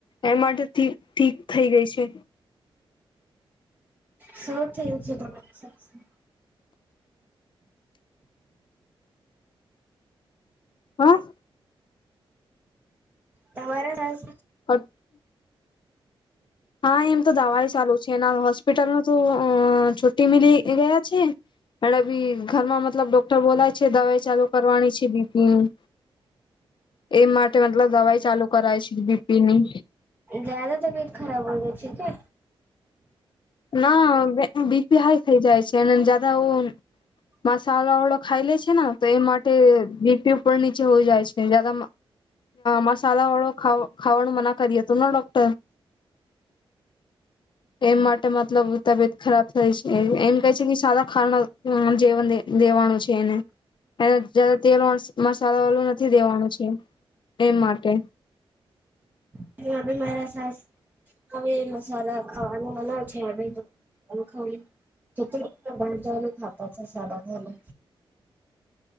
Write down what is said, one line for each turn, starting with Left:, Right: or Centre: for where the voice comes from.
Left: એ માટે ઠીક થઈ ગઈ છે.
Right: શું થયું છે તમારી સાસને?
Left: હા.
Right: તમારા સાસ
Left: <inaudible> હા એમ તો દવાય ચાલુ છે એના હોસ્પિટલમાં તો અ છુટી મિલી ગયા છે. અને બી ઘરમાં મતલબ ડોક્ટર બોલાય છે દવાઈ ચાલુ કરવાની છે બીપી નું એ માટે મતલબ દવાઈ ચાલુ કરાય છે બીપી ની.
Right: જ્યાદા તબિયત ખરાબ હો ગઈ છે કે?
Left: ના બીપી હાઈ થઈ જાય છે એ જદા મસાલા વાળો ખાઈ લે છે ને તો એ માટે બીપી ઉપર નીચે હોય જાય છે જયાદા મસાલા વાળો ખાવાનું મના કરીયું હતું ડોક્ટર એ માટે મતલબ તબિયત ખરાબ થાય છે એમ કહે છે કે સારા ખાના જેવ દેવાનું છે એને એને જયાદા તેલ મસાલા વાળું નથી દેવાનું છે એ માટે.
Right: <unintelligible> ભી મારા સાસ હવે મસાલા ખાવાનું મના છે <unintelligible> <unintelligible> ભણતા ને ખાતા છે સાડા ત્રણે